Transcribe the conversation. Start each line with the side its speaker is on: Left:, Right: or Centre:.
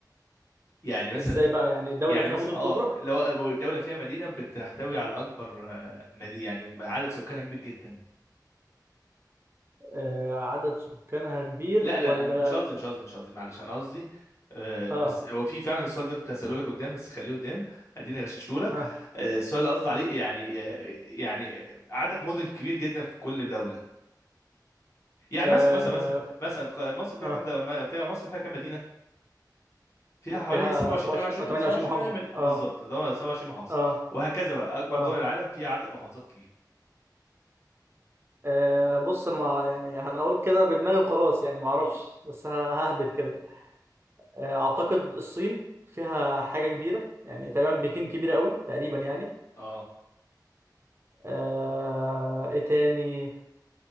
Left: يعني مثلا
Right: ازاي بقى يعني دوله
Left: يعني
Right: فيها
Left: بس
Right: مدن
Left: اه
Right: كبرى
Left: لو الدولة فيها مدينة بتحتوي على أكبر آه، مدي يعني عدد سكانها كبير جدا
Right: آه عدد سكانها كبير
Left: لا
Right: ولا
Left: لا أنا مش قصدي مش قصدي مش قصدي معلش أنا قصدي آه، بس
Right: اه
Left: هو في فعلا السؤال ده كنت هسأله لك قدام بس خليه قدام اديني غششته لك
Right: ها
Left: آه، السؤال اللي قصدي عليه يعني آه، يعني عدد مدن كبير جدا في كل دولة يعني
Right: اه
Left: مثلا مثلا مثلا مثلا ق- مصر فيها
Right: اه
Left: كام ده ما- فيها مصر فيها كام مدينة؟ فيها حوالي
Right: فيها
Left: 27
Right: 27
Left: 28
Right: او
Left: مدينة
Right: 28
Left: 27
Right: محافظة
Left: 28 مدينة
Right: اه
Left: بالظبط ده هو 27 محافظة
Right: اه
Left: وهكذا بقى أكبر
Right: اه
Left: دول العالم فيها عدد محافظات كبير
Right: آه، بص انا ما يعني هنقول كده بدماغي وخلاص يعني ما اعرفش
Left: مم.
Right: بس ه- ههبد كده آه، اعتقد الصين فيها حاجة كبيرة يعني تقريبا بكين كبيرة قوي تقريبا
Left: اه
Right: يعني
Left: آه.
Right: آه ايه تاني